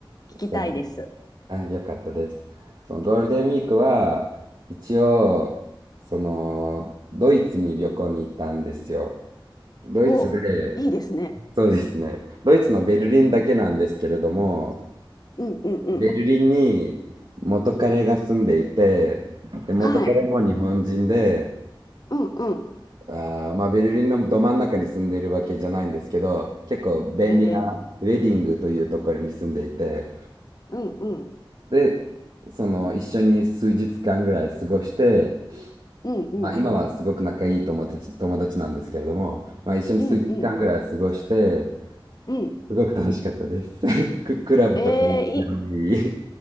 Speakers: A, on the left (about 45°); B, on the right (about 60°).
A: 聞きたいです。
B: その、あ、よかったです。そのゴールデンウィークは一応、その、ドイツに旅行に行ったんですよ。ドイツで、
A: お、いいですね。
B: そうですね。ドイツのベルリンだけなんですけれども、
A: うんうんうん。
B: ベルリンに元彼が住んでいて、で、元彼も日本人で、
A: はい。うんうん。
B: あーまあ、ベルリンのど真ん中に住んでいるわけじゃないんですけど、結構便利なウェディングというところに住んでいて、
A: えー、うんうん。
B: で、その一緒に数日間ぐらい過ごして、
A: うんうん。
B: まあ、今はすごく仲いい友達、友達なんですけれども、まあ、一緒に数日間ぐらい過ごして、
A: うんうんうん。
B: すごく楽しかったです。<laughs> ク、クラブとか行ったり、
A: えー、い、